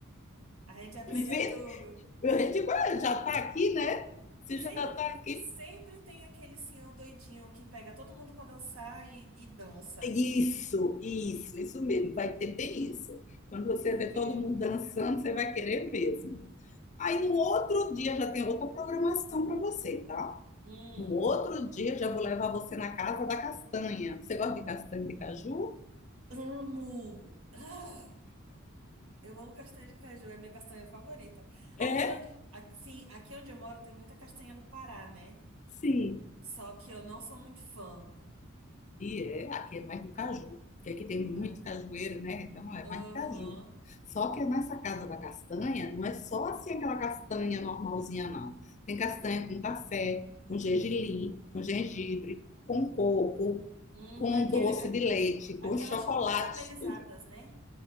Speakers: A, on the right (about 80°); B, on the left (about 35°).
A: A gente aprende
B: Vê,
A: é tudo.
B: a gente já tá aqui, né? Se
A: É sempre,
B: já tá aqui,
A: sempre tem aquele senhor doidinho que pega todo mundo pra dançar e, e dança.
B: Isso, isso, isso mesmo. Vai ter bem isso. Quando você vê
A: Sim.
B: todo mundo dançando, você vai querer mesmo. Aí no outro dia já tem outra programação para você, tá?
A: Hum,
B: No outro dia já vou levar você na casa da castanha. Você gosta de castanha de caju?
A: amo. Ah, eu amo castanha de caju, é minha castanha favorita.
B: É?
A: Aqui onde, aqui, sim, aqui onde eu moro tem muita castanha do Pará, né?
B: Sim.
A: Só que eu não sou muito fã.
B: E é, aqui é mais de caju, porque aqui tem
A: Ai.
B: muito cajueiro, né? Então é
A: Aham.
B: mais de caju. Só que é nessa casa da castanha, não é só assim aquela castanha normalzinha, não. Tem castanha com café, com gergelim, com gengibre, com coco,
A: Hum,
B: com
A: aquele,
B: doce
A: a-
B: de leite, com
A: aquelas
B: chocolate,
A: tipo caramelizadas,
B: tudo
A: né?